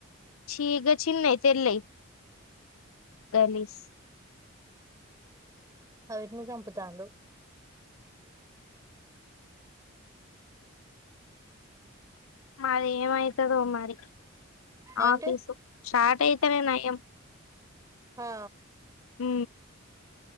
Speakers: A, on the left (about 80°); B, on the right (about 15°).
A: చీ గా చిన్నయి తెల్లై గలీస్
B: అవీట్ని సంపుతాన్రు
A: మాది ఏమైతదో మరి
B: ఏంటి
A: ఆఫీసు స్టార్ట్ అయితేనే నయం.
B: హా
A: మ్